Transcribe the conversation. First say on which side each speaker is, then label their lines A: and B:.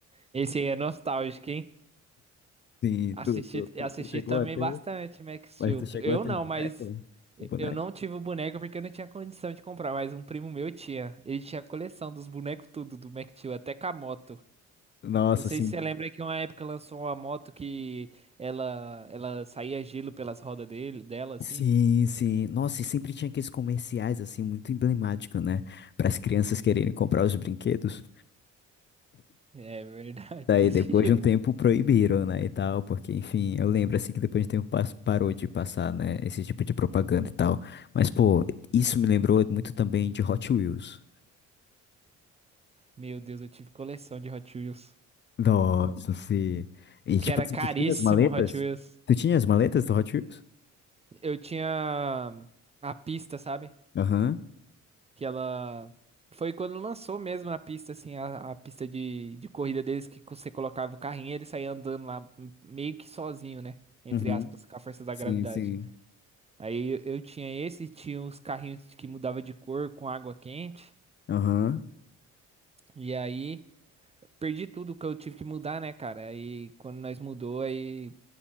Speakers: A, on the right (about 20°); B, on the left (about 40°).
A: esse aí é nostálgico, hein?
B: Sim,
A: Assisti,
B: tu, tu, tu
A: assisti
B: tu chegou
A: também
B: a ter?
A: bastante Max
B: Mas
A: Steel.
B: tu chegou
A: Eu
B: a ter
A: não,
B: um boneco?
A: mas
B: O boneco?
A: eu não tive o boneco porque eu não tinha condição de comprar, mas um primo meu tinha. Ele tinha a coleção dos bonecos tudo do Max Steel, até com a moto.
B: Nossa,
A: Não sei
B: sim.
A: se você lembra que uma época lançou uma moto que ela ela saía gelo pelas rodas dele, dela assim.
B: Sim, sim. Nossa, e sempre tinha aqueles comerciais, assim, muito emblemáticos, né? Para as crianças quererem comprar os brinquedos.
A: É verdade,
B: Daí,
A: <laughs> desse
B: depois
A: jeito
B: de um tempo, proibiram, né? E tal, porque, enfim, eu lembro, assim, que depois de um tempo pas- parou de passar, né? Esse tipo de propaganda e tal. Mas, pô, isso me lembrou muito também de Hot Wheels.
A: Meu Deus, eu tive coleção de Hot Wheels.
B: Nossa, sim. E, tipo
A: Que era
B: assim,
A: caríssimo
B: tu tinha as maletas?
A: Hot Wheels.
B: Tu tinha as maletas do Hot Wheels?
A: Eu tinha a pista, sabe?
B: Aham.
A: Que ela. Foi quando lançou mesmo a pista, assim, a, a pista de, de corrida deles, que você colocava o carrinho e ele saía andando lá, m- meio que sozinho, né? Entre
B: Uhum.
A: aspas, com a força da
B: Sim,
A: gravidade.
B: sim.
A: Aí eu, eu tinha esse, tinha os carrinhos que mudava de cor com água quente.
B: Aham.
A: E aí perdi tudo que eu tive que mudar, né, cara? Aí quando nós mudou, aí